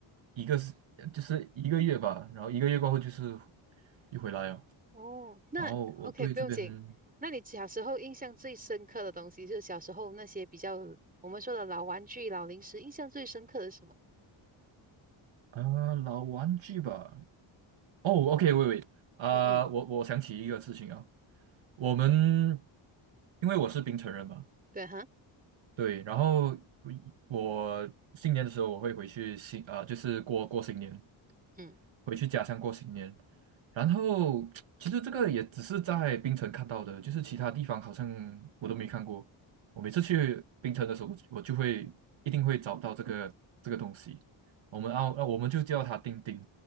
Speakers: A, on the right; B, on the right.
A: 一个是就是一个月吧，然后一个月过后就是又回来了，
B: 哦，那
A: 然后我对这边
B: OK，不用紧。那你小时候印象最深刻的东西，就是小时候那些比较我们说的老玩具、老零食，印象最深刻的是什么？
A: 啊、老玩具吧，哦，OK，喂喂啊、
B: 嗯嗯，
A: 我我想起一个事情啊，我们因为我是槟城人嘛。
B: 对哈，
A: 对，然后我新年的时候我会回去新啊、就是过过新年，
B: 嗯，
A: 回去家乡过新年。然后 <tsk>，其实这个也只是在槟城看到的，就是其他地方好像我都没看过。我每次去槟城的时候，我就我就会一定会找到这个这个东西。我们澳，啊我们就叫它叮叮，